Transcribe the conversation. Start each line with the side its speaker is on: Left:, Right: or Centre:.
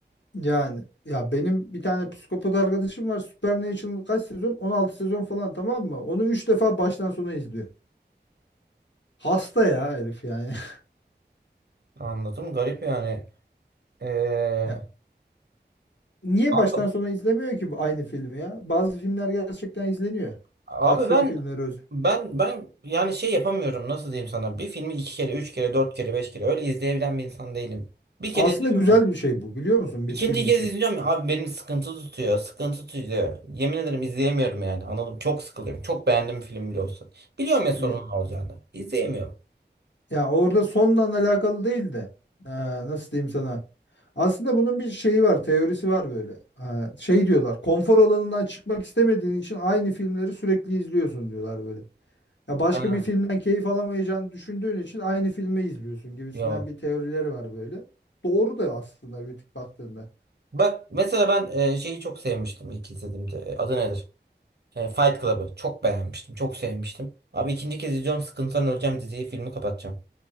Left: Yani ya benim bir tane psikopat arkadaşım var. Supernatural kaç sezon? 16 sezon falan tamam mı? Onu 3 defa baştan sona izliyor. Hasta ya herif yani. <laughs>
Right: Anladım garip yani. Ee,
Left: Ya, niye
Right: kanka,
Left: baştan sona izlemiyor ki bu aynı filmi ya? Bazı filmler gerçekten izleniyor.
Right: abi
Left: Aksiyon
Right: ben
Left: filmleri öz.
Right: ben ben yani şey yapamıyorum nasıl diyeyim sana bir filmi iki kere üç kere dört kere beş kere öyle izleyebilen bir insan değilim. Bir kere
Left: Aslında
Right: izledim
Left: güzel bir şey bu biliyor musun
Right: İkinci
Left: bir film
Right: kez
Left: için?
Right: izliyorum ya abi benim sıkıntı tutuyor. Sıkıntı tutuyor. Yemin ederim izleyemiyorum yani anladım. Çok sıkılıyorum. Çok beğendiğim film bile olsa. Biliyorum ya sonunun
Left: Ee,
Right: ne olacağını. İzleyemiyorum.
Left: Ya orada sonla alakalı değil de eee, nasıl diyeyim sana? Aslında bunun bir şeyi var, teorisi var böyle. Eee, şey diyorlar, konfor alanından çıkmak istemediğin için aynı filmleri sürekli izliyorsun diyorlar böyle. Ya başka
Right: Ha,
Left: bir filmden keyif alamayacağını düşündüğün için aynı filmi izliyorsun gibisinden
Right: yok.
Left: bir teorileri var böyle. Doğru da aslında bir tık baktığında.
Right: Bak mesela ben e, şeyi çok sevmiştim ilk izlediğimde. E, Adı nedir? E, Fight Club'ı. Çok beğenmiştim. Çok sevmiştim. Abi ikinci kez izliyorum. Sıkıntıdan öleceğim diziyi filmi kapatacağım.